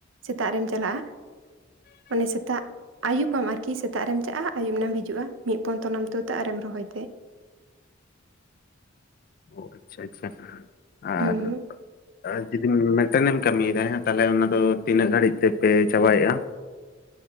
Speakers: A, on the right; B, on the left.
A: ᱥᱮᱛᱟᱜ ᱨᱮᱢ ᱪᱟᱞᱟᱜᱼᱟ᱾ ᱢᱟᱱᱮ ᱥᱮᱛᱟᱜ ᱟᱹᱭᱩᱯᱟᱢ ᱟᱨᱠᱤ ᱥᱮᱛᱟᱜ ᱨᱮᱢ ᱪᱟᱞᱟᱜᱼᱟ, ᱟᱹᱭᱩᱵ ᱱᱟᱢ ᱦᱤᱡᱩᱜᱼᱟ᱾ ᱢᱤᱜ ᱯᱚᱱ ᱛᱚᱞᱟᱢ ᱛᱩᱫᱟ ᱟᱨᱮᱢ ᱨᱚᱦᱚᱭ ᱛᱮ
B: ᱚ, ᱟᱪᱪᱷᱟ ᱟᱪᱪᱷᱟ, ᱟᱨ,
A: ᱦᱩᱸ
B: ᱟᱨ ᱡᱩᱫᱤᱢᱼᱼ ᱢᱤᱛᱴᱮᱱ ᱠᱟᱹᱢᱤᱭᱮᱫᱟ ᱦᱮᱸ, ᱛᱟᱦᱚᱞᱮ ᱚᱱᱟ ᱫᱚ ᱛᱤᱱᱟᱹᱜ ᱜᱷᱟᱹᱲᱤᱡ ᱛᱮᱯᱮ ᱪᱟᱵᱟᱭᱮᱜᱫᱼᱟ?